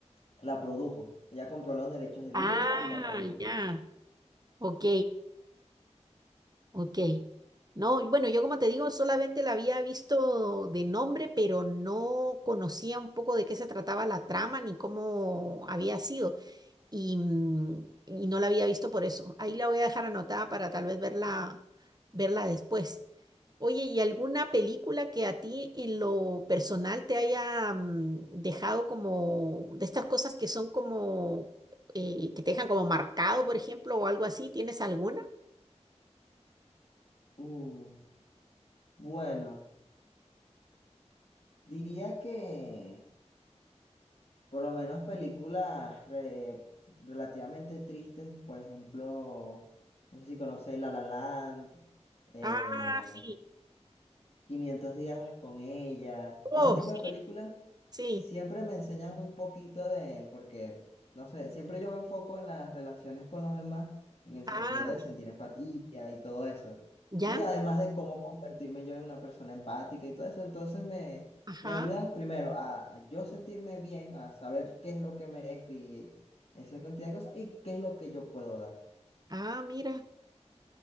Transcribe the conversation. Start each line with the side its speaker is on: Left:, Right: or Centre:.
Left: la produjo. Ella compró los derechos del
Right: Ah,
Left: libro y la produjo.
Right: ya. Ok. Ok. No, bueno, yo como te digo, solamente la había visto de nombre, pero no conocía un poco de qué se trataba la trama ni cómo había sido. Y, mm, y no la había visto por eso. Ahí la voy a dejar anotada para tal vez verla, verla después. Oye, ¿y alguna película que a ti en lo personal te haya mm, dejado como de estas cosas que son como eh, que te dejan como marcado, por ejemplo, o algo así? ¿Tienes alguna?
Left: Uh. Bueno, diría que por lo menos películas re- relativamente tristes, por ejemplo, no sé si conoces La La Land, eh,
Right: Ah, sí.
Left: 500 días con ella.
Right: Oh,
Left: Ese tipo de películas
Right: sí.
Left: siempre me enseñan un poquito de, porque, no sé, siempre yo me enfoco en las relaciones con los demás, en el
Right: Ah,
Left: sentido de
Right: mi-
Left: sentir empatía y todo eso.
Right: ya.
Left: Y además de cómo convertirme yo en una persona empática y todo eso, entonces me,
Right: Ajá.
Left: me ayudan primero a, a yo sentirme bien, a saber qué es lo que merezco y esa cantidad de cosas y qué es lo que yo puedo dar.
Right: Ah, mira.